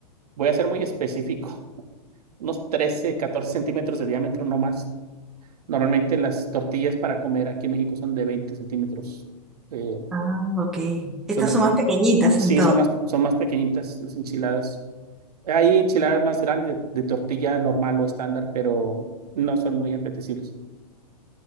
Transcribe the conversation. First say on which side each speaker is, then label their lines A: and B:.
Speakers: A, on the right; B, in the centre.
A: voy a ser muy específico. unos 13 14 centímetros de diámetro, no más. Normalmente las tortillas para comer aquí en México son de 20 centímetros. Eh,
B: Ah, ok.
A: son
B: Estas
A: las,
B: son más pequeñitas
A: sí,
B: entonces.
A: son más, son más pequeñitas las enchiladas. Hay enchiladas más grandes de, de tortilla normal o estándar, pero no son muy apetecibles.